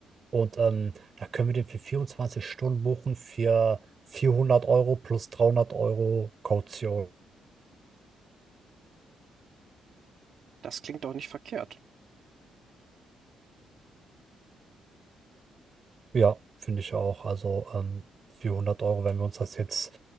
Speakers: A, on the right; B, on the right.
A: Und ähm, da können wir den für 24 Stunden buchen für 400 Euro plus 300 Euro Kaution.
B: Das klingt doch nicht verkehrt.
A: Ja, finde ich auch. Also ähm, für hundert Euro, wenn wir uns das jetzt